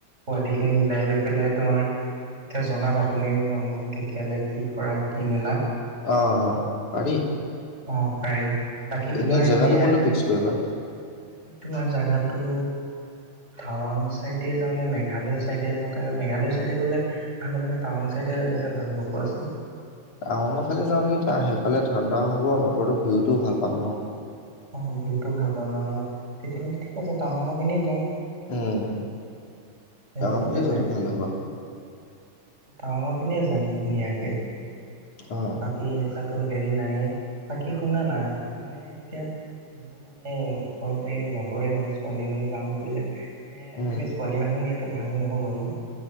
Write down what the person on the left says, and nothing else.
অ' অ' পাৰি।
এনে
জেগাটো
কোনটো ফিক্স কৰিবা?
টাৱাংৰ ফালে যাওঁ নেকি তাৰ সেইফালে ঠাণ্ডা হোৱা বতৰৰ ভিউটোও ভাল পাম ন'?
উম, টাৱাংৰফালে
যোৱাটো ভাল হ'ব।
অঁ।
উম।